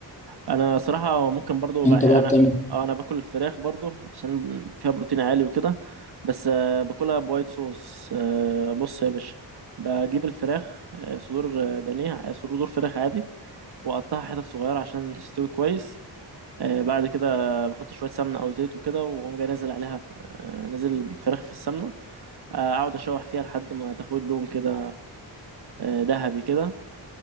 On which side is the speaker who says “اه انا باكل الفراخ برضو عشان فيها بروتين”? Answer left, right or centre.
Right